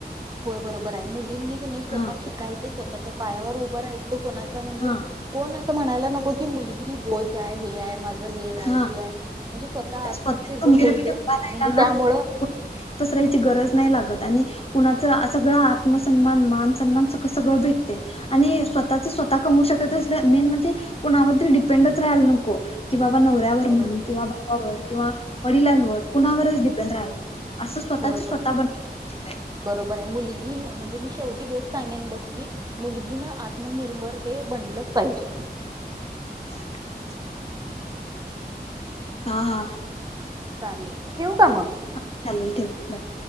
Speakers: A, on the right; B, on the left.
A: होय बरोबर आहे मुलींनी नाही स्वतः
B: हा
A: शिकायचं स्वतःच्या पायावर उभं राहायचं कोणाच्या म्हणजे
B: हा
A: कोण असं म्हणायला नको की मुलगी बोज आहे हे आहे माझ हे आहे
B: हा
A: ते म्हणजे स्वतः
B: त्या
A: आत्मनिर्भर
B: खंबीरपणे
A: होऊ दे
B: उभा राहिला
A: म्हणजे
B: ना
A: त्यामुळ
B: कुणाला पसरायची गरज नाही लागत आणि कुणाचं सगळं आत्मसन्मान मान सन्मान स सगळं भेटते आणि स्वतःच स्वतः कमवू शकत अस मेन म्हणजे कुणावर त डिपेंडच राहायला नको कि बाबा नवऱ्यावर
A: बरोबर
B: म्हण किंवा भावावर किंवा वडिलांवर कुणावरच डिपेंड राहायला नको. असं स्वतःची
A: होय
B: स्वतः
A: बरोबर
B: बनायला पाहिजेल आहे
A: बरोबर आहे मुलगी म्हणजे मी शेवटी हेच सांगेन बघ की मुलगीन आत्मनिर्भर हे बनलंच पाहिजे.
B: <inaudible> हा हा
A: चालेल ठेऊ का मग?
B: हा चालेल ठेव बाय